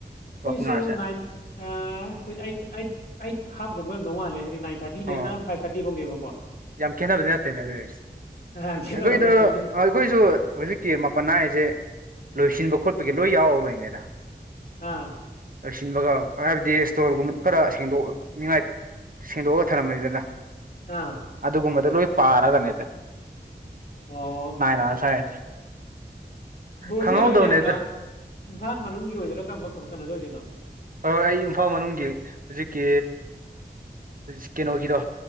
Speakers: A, on the left; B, on the right.
A: ꯍꯣꯏꯁꯤꯕꯨ
B: ꯋꯥꯛꯀꯤꯡ ꯑꯋꯥꯔꯁꯦ
A: ꯅꯥꯏꯟ ꯑ ꯈꯣ ꯑꯩꯗ ꯑꯩꯗ ꯑꯩꯗ ꯍꯥꯞꯀꯨꯝꯕ ꯑꯣꯏꯔꯝꯗꯧ ꯃꯥꯜꯂꯤ ꯍꯥꯏꯗꯤ ꯅꯥꯏꯟ ꯊꯔꯇꯤꯗꯩꯅ
B: ꯑꯣ
A: ꯐꯥꯏꯚ ꯊꯥꯔꯇꯤ ꯐꯧꯅꯦꯕꯀꯣ
B: ꯌꯥꯝ ꯈꯦꯠꯅꯕꯗꯤ ꯅꯠꯇꯦꯅꯦ ꯑꯗꯨ ꯑꯗꯨꯗꯤ ꯁ
A: ꯑ ꯈꯦꯠꯅꯕ
B: ꯑꯩꯈꯣꯏꯗꯣ
A: ꯅꯠꯇꯦ ꯑꯗꯨꯝ
B: ꯑ ꯑꯩꯈꯣꯏꯁꯨ ꯍꯧꯖꯤꯛꯀꯤ ꯃꯥꯄꯟ ꯍꯥꯏꯁꯦ ꯂꯣꯏꯁꯤꯟꯕ ꯈꯣꯠꯄꯒꯤ ꯂꯣꯏ ꯌꯥꯎꯕꯩꯅꯦꯗ
A: ꯑꯥ
B: ꯄꯩꯁꯤꯟꯕꯒ ꯍꯥꯏꯕꯗꯤ ꯏꯁꯇꯣꯔꯒꯨꯝꯕ ꯈꯔ ꯁꯦꯡꯗꯣꯛꯅꯤꯉꯥꯏ ꯁꯦꯡꯗꯣꯛꯑꯒ ꯊꯔꯝꯃꯅꯤꯗꯅ
A: ꯑꯥ
B: ꯑꯗꯨꯒꯨꯝꯕꯗ ꯂꯣꯏ ꯄꯥꯔꯒꯅꯦꯗ
A: ꯑꯣ
B: ꯅꯥꯏꯟ ꯑꯥꯔꯁ ꯍꯥꯏꯔꯤꯁꯦ
A: ꯕꯣꯔꯣ
B: ꯈꯪꯍꯧꯗꯕꯅꯦꯗ
A: ꯀꯤ ꯀꯩꯅꯣꯒꯤꯗꯤ ꯍꯥꯏꯕ꯭ꯔꯣ ꯑ ꯏꯝꯐꯥꯜ ꯃꯅꯨꯡꯒꯤ ꯑꯣꯏꯗꯣꯏꯔꯥ ꯀꯝꯕ ꯀꯩꯅꯣꯗ ꯑꯣꯏꯗꯣꯏꯅꯣ
B: ꯍꯣꯏ ꯍꯣꯏ ꯑꯩ ꯏꯝꯐꯥꯜ ꯃꯅꯨꯡꯒꯤ ꯍꯧꯖꯤꯛꯀꯤ ꯁ ꯀꯩꯅꯣꯒꯤꯗꯣ